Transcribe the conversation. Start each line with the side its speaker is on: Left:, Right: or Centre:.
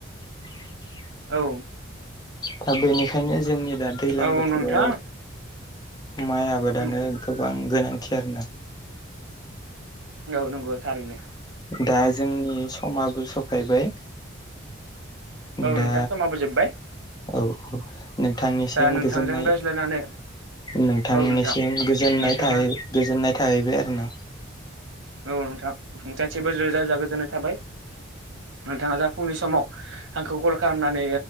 Left: <unintelligible>
Right: औ।
Left: दा बेनिखायनो जोंनि दा दैलां
Right: औ
Left: बोथोराव
Right: नोंथां
Left: माइ आबादानो
Right: उम
Left: गोबां गोनांथि आरो ना
Right: औ नंगौ थारैनो
Left: दा जोंनि समाबो सफायबाय
Right: औ
Left: दा
Right: नोंथां समाबो जोब्बाय
Left: औ औ। नोंथांनिसिम
Right: दा नोंथांजों
Left: गोजोननाय
Right: रायज्लायनानै
Left: नोंथांनिसिम
Right: औ नोंथां
Left: गोजोननाय
Right: नोंथाङा
Left: थ गोजोननाय थाहैबाय आरो ना।
Right: औ नोंथां नोंथांसेबो रोजा रोजा गोजोननाय थाबाय नोंथाङा जा फुंनि समाव आंखौ कल खालामनानै